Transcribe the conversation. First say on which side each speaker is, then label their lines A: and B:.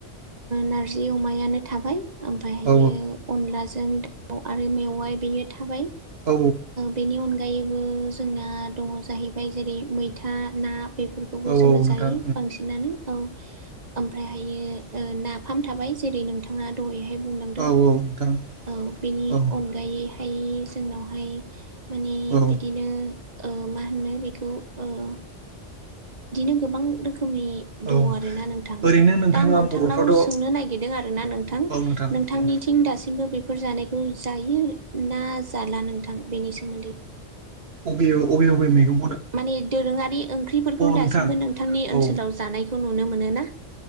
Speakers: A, on the right (about 35°); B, on the right (about 55°).
A: नारजि अमायानो थाबाय ओमफ्रायहायो
B: औ
A: अनलाजों दाउ आरो मेवाय बेयो थाबाय
B: औ
A: बेनि अनगायैबो जोंना दङ जाहैबाय जेरै मैथा ना बेफोरखौबो
B: औ
A: जोङो
B: नोंथां
A: जायो बांसिनानो औ ओमफ्रायहायो नाफाम थाबाय जेरै नोंथाङा दहाय बुंलांदों
B: औ नोंथां
A: औ बेनि
B: औ
A: अनगायैहाय जोंनावहाय माने
B: औ
A: बिदिनो मा होनो बेखौ ओह बिदिनो गोबां रोखोमनि दङ
B: औ
A: आरो ना नोंथां
B: ओरैनो नोंथाङा
A: दा आं नोंथांनाव
B: बर'फ्राथ'
A: सोंनो नागिरदों आरो ना नोंथां
B: औ नोंथां
A: नोंथांनिथिं
B: दे
A: दासिमबो बेफोर जानायखौ खौ जायो ना जाला नोंथां बेनि सोमोन्दै
B: अबे अबे अबे मैगं
A: माने दोरोङारि ओंख्रिफोरखौ दासिमबो
B: नोंथां
A: नोंथांनि
B: औ
A: ओनसोलाव जानायखौ नुनो मोनो ना?